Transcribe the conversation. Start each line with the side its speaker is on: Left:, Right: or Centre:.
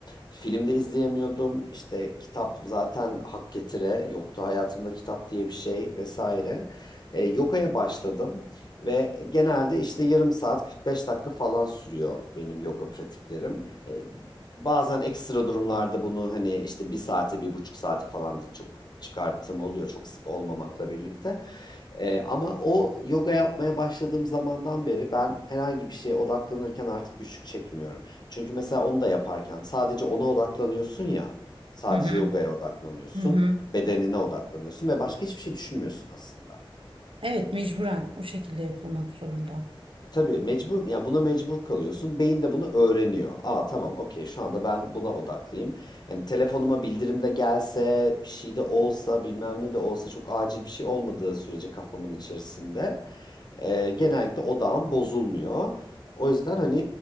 Left: Filmde izleyemiyordum. İşte kitap zaten hak getire. Yoktu hayatımda kitap diye bir şey vesaire. E, yogaya başladım ve genelde işte yarım saat 45 dakika falan sürüyor benim yoga pratiklerim. E, bazen ekstra durumlarda bunu hani işte bir saate bir buçuk saate falan da çok çıkarttığım oluyor çok sık olmamakla birlikte. Ee, ama o yoga yapmaya başladığım zamandan beri ben herhangi bir şeye odaklanırken artık güçlük çekmiyorum. Çünkü mesela onu da yaparken sadece ona odaklanıyorsun ya, sadece
Right: Hı hı.
Left: yogaya odaklanıyorsun,
Right: Hı hı.
Left: bedenine odaklanıyorsun ve başka hiçbir şey düşünmüyorsun aslında.
Right: Evet, mecburen o şekilde yapılmak zorunda.
Left: Tabii mecbur, yani buna mecbur kalıyorsun. Beyin de bunu öğreniyor. Aa tamam okey şu anda ben buna odaklıyım. Hani telefonuma bildirim de gelse, bir şey de olsa, bilmem ne de olsa çok acil bir şey olmadığı sürece kafamın içerisinde. E, genellikle odağım bozulmuyor. O yüzden hani